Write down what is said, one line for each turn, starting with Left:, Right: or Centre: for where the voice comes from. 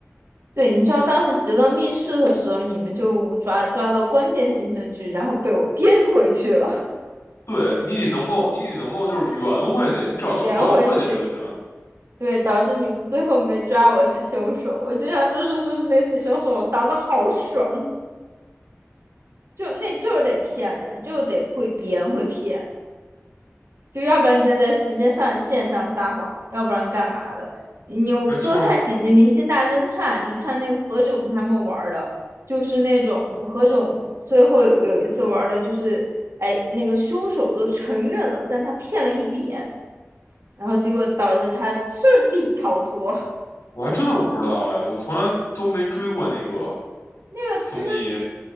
Right: 对，你知道当时极乐密室的时候，你们就抓抓到关键性证据，然后被我编回去了，
Left: 对，你得能够，你得能够就是圆回去，你只要能圆回去就行。
Right: 圆回去，对，导致你们最后没抓我是凶手。我就想，就是就是那次凶手，我当的好爽，就那就是得骗人，就是得会编会骗。就要不然你就在时间上线上撒谎，要不然干嘛的？你多看几集《明星大侦探》，
Left: 没错儿，
Right: 你看那个何炅他们玩的，就是那种何炅最后有有一次玩的就是，哎，那个凶手都承认了，但他骗了一点，然后结果导致他顺利逃脱。<laughs>
Left: 我还真的不知道哎，我从来都没追过那个
Right: 那个其实
Left: 综艺。